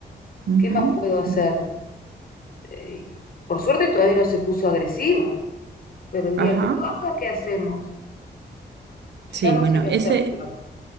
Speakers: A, on the right; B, on the left.
A: Ujú,
B: ¿Qué más puedo hacer?
A: ujú.
B: Eh, por suerte todavía no se puso agresiva, pero el
A: Ajá.
B: día que lo haga, ¿qué hacemos?
A: Sí,
B: Ya no
A: bueno,
B: sé qué hacerlo.
A: ese...